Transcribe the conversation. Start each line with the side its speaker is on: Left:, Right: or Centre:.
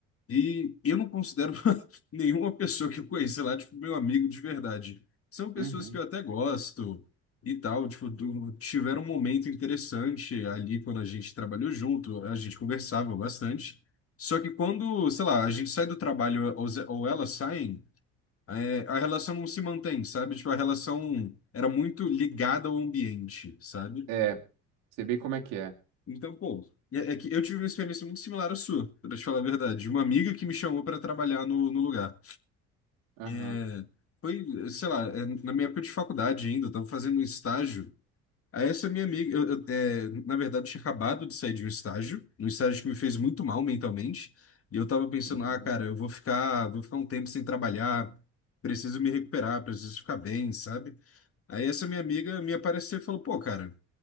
Left: E eu não considero <laughs> nenhuma pessoa que eu conheci lá, tipo, meu amigo de verdade. São pessoas
Right: Uhum.
Left: que eu até gosto e tal, tipo, tu- tiveram um momento interessante ali quando a gente trabalhou junto, a gente conversava bastante. Só que quando, sei lá, a gente sai do trabalho ou, ze- ou elas saem, é, a relação não se mantém, sabe? Tipo, a relação era muito ligada ao ambiente, sabe?
Right: É, sei bem como é que é.
Left: Então, pô, é, é que eu tive uma experiência muito similar à sua, pra te falar a verdade. Uma amiga que me chamou para trabalhar no no lugar.
Right: Aham,
Left: É, foi, sei lá, é, na minha época de faculdade ainda, eu estava fazendo um estágio. Aí essa minha amiga, eu, eu, é, na verdade, tinha acabado de sair de um estágio, um estágio que me fez muito mal mentalmente. E eu tava pensando,
Right: uhum,
Left: ah, cara, eu vou ficar, vou ficar um tempo sem trabalhar, preciso me recuperar, preciso ficar bem, sabe? Aí essa minha amiga me apareceu e falou, pô, cara,